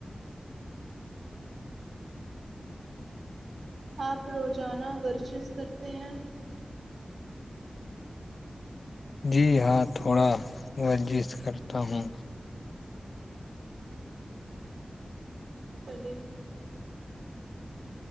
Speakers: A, on the right; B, on the left.
A: آپ روزانہ ورزش کرتے ہیں
B: جی ہاں تھوڑا ورزش کرتا ہوں
A: چلیے خدا حافظ